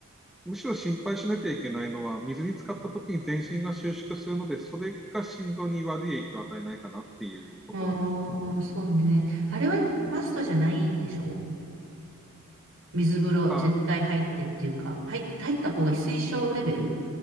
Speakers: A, in the centre; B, on the right.
A: むしろ心配しなきゃいけないのは、水に浸かった時に全身が収縮するので、それが心臓に悪い影響を与えないかなっていうところです。
B: ああ、そうね。あれはマストじゃないんでしょう水風呂絶対入ってっていうか、
A: あ、
B: 入、入った方がいい、推奨レベル